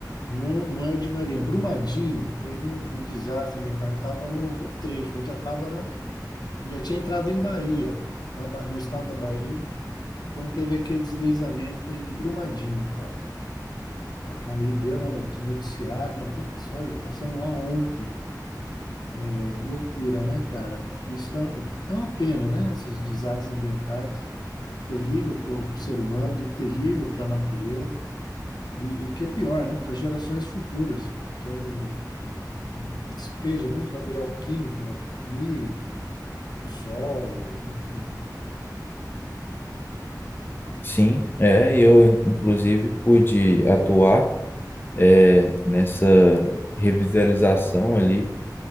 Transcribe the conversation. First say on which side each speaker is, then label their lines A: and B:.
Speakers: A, on the left (about 70°); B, on the left (about 30°).
A: não, não é o de Maria, Brumadinho. Teve um, um desastre ambiental. A gente estava no, no trecho, a gente já estava na, já tinha entrado em Bahia, na Ba- no estado da Bahia, quando teve aquele deslizamento em Brumadinho, cara. Aí deu na noti- noticiário, falando, putz, olha, passamos lá ontem. É loucura, né, cara? Isso dá, é uma pena, né? Esses desastres ambientais, terrível para o ser humano e terrível para a natureza. E, e o que é pior, né? Para gerações futuras, porque é um, um- um despeja muito material químico no rio, no solo, enfim.
B: Sim, é, eu in- inclusive pude atuar é, nessa revitalização ali